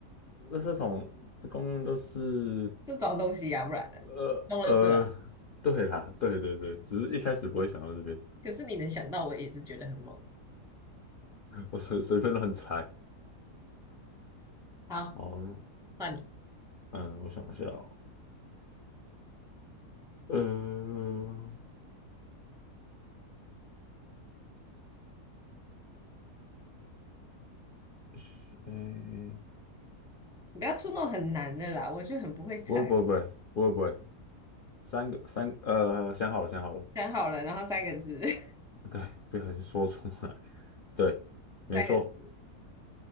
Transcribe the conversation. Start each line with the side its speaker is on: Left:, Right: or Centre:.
Left: 垃圾桶的功能都是。
Centre: 是装东西呀、不然的，
Left: 呃呃，
Centre: 用垃圾啊。
Left: 对啦，对对对，只是一开始不会想到这边，
Centre: 可是你能想到，我也是觉得很猛。
Left: 我随随便乱猜。
Centre: 好，
Left: 好，
Centre: 换你，
Left: 嗯，我想一下哦，呃，是诶，
Centre: 你不要出那种很难的啦，我就很不会猜。
Left: 不会不会不会不会不会，三个三呃，想好了想好了，
Centre: 想好了，然后三个字，<laughs>
Left: 对，不小心说出来，对，没错，
Centre: 三个字，